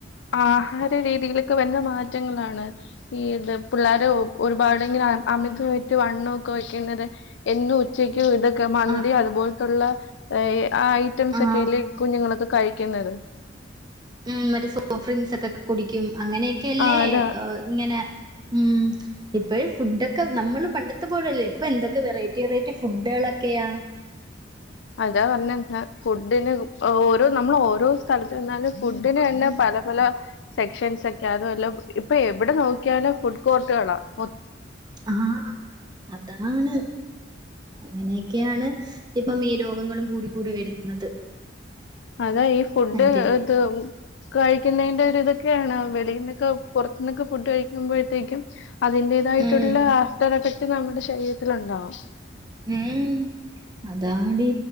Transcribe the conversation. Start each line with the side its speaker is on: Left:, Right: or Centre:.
Left: ആഹാര രീതിയിലൊക്കെ വരുന്ന മാറ്റങ്ങളാണ് ഈ ഇത് പിള്ളാര് ഒരുപാടിങ്ങനെ അ അമിതമായിട്ട് വണ്ണൊക്കെ വെക്കുന്നത് എന്നും ഉച്ചയ്ക്കും ഇതൊക്കെ മന്തി
Right: ആഹ്
Left: അതുപോലത്തുള്ള ഏഹ് ആ ഐറ്റംസ്
Right: ആഹ്.
Left: ഒക്കെയല്ലേ ഈ കുഞ്ഞുങ്ങളൊക്കെ കഴിക്കുന്നത്
Right: ഉം മറ്റേ സോഫ്റ്റ് ഡ്രിങ്ക്സ് ഒക്കെ കുടിക്കും. അങ്ങനെയൊക്കെയല്ലേ
Left: ആഹ് അതാ
Right: ഏഹ് ഇങ്ങനെ ഉം ഇപ്പഴ് ഫുഡൊക്കെ നമ്മള് പണ്ടത്തെ പോലല്ല ഇപ്പൊ എന്തൊക്കെ വെറൈറ്റി വെറൈറ്റി ഫുഡുകളൊക്കെയാ
Left: അതാ പറഞ്ഞെ <unintelligible> ഫുഡിന് ഓരോ നമ്മള് ഓരോ സ്ഥലത്ത് ചെന്നാലും ഫുഡിന് തന്നെ പല പല പല സെക്ഷൻസൊക്കെ അതുവല്ല ഇപ്പൊ എവിടെ നോക്കിയാലും ഫുഡ് കോർട്ടുകളാ മൊ
Right: ആഹ അതാണ് അങ്ങന ക്കെയാണ് ഇപ്പം ഈ രോഗങ്ങളും കൂടി കൂടി വരുന്നത്
Left: അതാ ഈ ഫുഡ്
Right: ആഹ് പിന്നെ
Left: ഇത് കഴി കുന്നേന്റെ ഒരിതൊക്കെയാണ് വെളിന്നൊക്കെ പുറത്തുന്നൊക്കെ ഫുഡ് കഴിക്കുമ്പോഴത്തേക്കും അതിന്റേതായിട്ടുള്ള
Right: ഉം
Left: ആഫ്റ്ററെഫക്ട്ടും നമ്മുടെ ശരീരത്തിലുണ്ടാവും
Right: ഉം അ താടി